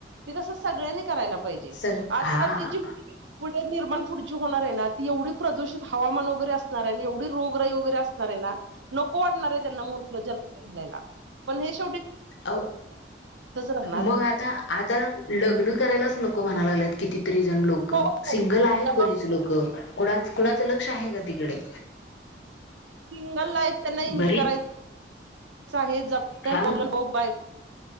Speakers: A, on the right; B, on the left.
A: ते कसं सगळ्यांनी करायला पाहिजे.
B: स
A: आत्ताची
B: हा
A: जी पुढे निर्माण पुढचीव होणार हे ना एवढी प्रदूषित हवामान वगैरे असणार हेन एवढी रोगराई वगैरे असणार हे ना, नोक वाटणार आहे त्यांना मु <unintelligible> ल जन्माला घालायला. पण हेश
B: अव
A: राहणार
B: मग आता आता लग्न करायलाच नको म्हणा लागल्यात. कितीत? तरी जण लोक
A: हो हो
B: सिंगल आहेत
A: जबाबदारी
B: बरीच लोक कुणाच कुणाचं लक्ष आहे का तिकडे?
A: सिंगल लाईफ त्यांना
B: बरी
A: इंज कराय <unintelligible>
B: हा